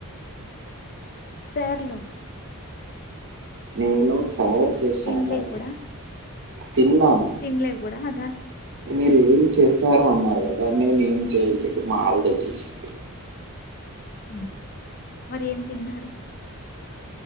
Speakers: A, on the left; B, on the right.
A: సార్లు
B: నేను సార్ చేశానన్నార్
A: తినలే కూడా
B: తిన్నాను
A: తినలే కూడా అదాన్
B: మీరు ఏం చేసారు అన్నారు. కదా నేను ఏం చేయలేదు మా ఆవిడా చేసిన్
A: ఉమ్ మరి ఏం తిన్నారు.